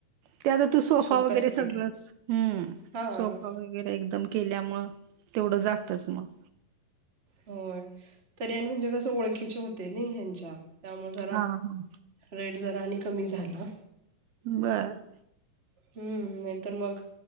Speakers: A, on the right; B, on the right.
A: ते आता तू सोफा
B: सोप्या
A: वगैरे
B: सकट
A: सगळंच हम्म
B: हां
A: सोफा वगैेरे वगैरे एकदम केल्यामुळे तेवढं जातच मग.
B: होय तरी आणि म्हणजे कसं ओळखीचे होते नाही ह्यांच्या त्यामुळे जरा
A: हा हा.
B: रेट जरा आणि कमी झाला.
A: बर.
B: हम्म नाही तर मग